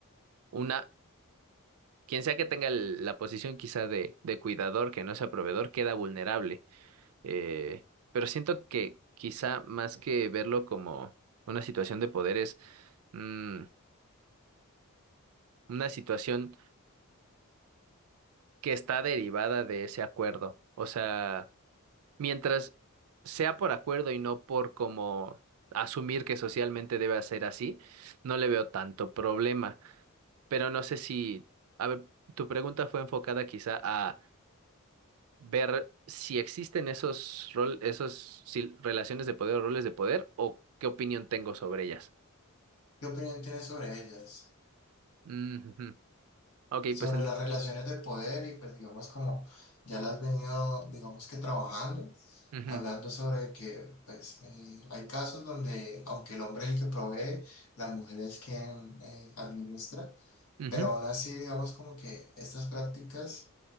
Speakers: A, on the right (about 75°); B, on the left (about 85°).
A: una Quien sea que tenga el- la posición quizá de, de cuidador, que no sea proveedor, queda vulnerable. Eh, pero siento que quizá más que verlo como una situación de poder es mm, una situación que está derivada de ese acuerdo. O sea, mientras sea por acuerdo y no por como asumir que socialmente debe ser así, no le veo tanto problema. Pero no sé si, a ver, tu pregunta fue enfocada quizá a ver si existen esos rol, esos si- relaciones de poder o roles de poder o qué opinión tengo sobre ellas.
B: ¿Qué opinión tienes sobre ellas?
A: Mm, ujú. Ok,
B: sobre
A: pues en-
B: las relaciones de poder y pues digamos como ya las has venido, digamos que trabajando,
A: ujú,
B: hablando sobre que pues eh, hay casos donde aunque el hombre es el que provee, la mujer es quien eh, administra,
A: ujú,
B: pero aún así digamos como que estas prácticas